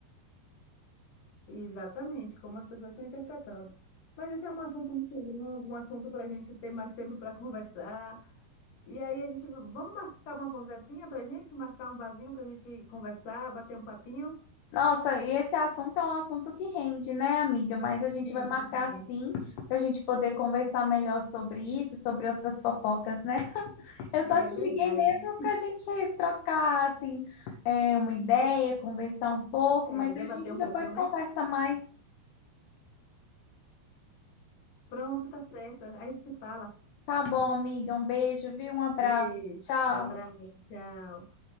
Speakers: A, on the left; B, on the left.
A: Exatamente, como as pessoas estão interpretando. Mas isso é um assunto muito longo, um assunto para a gente ter mais tempo para conversar. E aí a gente, v- vamos marcar uma conversinha para a gente, marcar um barzinho para a gente conversar, bater um papinho.
B: Nossa, e esse assunto é um assunto que rende, né, amiga? Mas a gente
A: Sim,
B: vai marcar
A: sim.
B: sim para a gente poder conversar melhor sobre isso, sobre outras fofocas, né? Eu
A: É
B: só te
A: verdade.
B: liguei mesmo para a gente trocar, assim, é, uma ideia, conversar um pouco,
A: É,
B: mas
A: debater
B: a gente
A: um pouquinho,
B: depois
A: né?
B: conversa mais.
A: Pronto, tá certo. A gente se fala.
B: Tá bom, amiga. Um beijo, viu? Um abraço.
A: Beijo,
B: Tchau.
A: abraço, tchau.